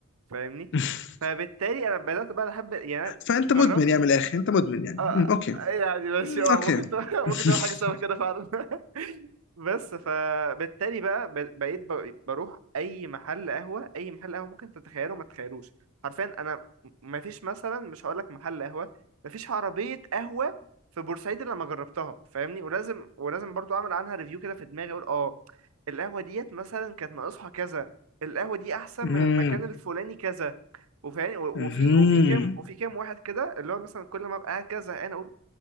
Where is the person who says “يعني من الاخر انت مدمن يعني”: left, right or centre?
Left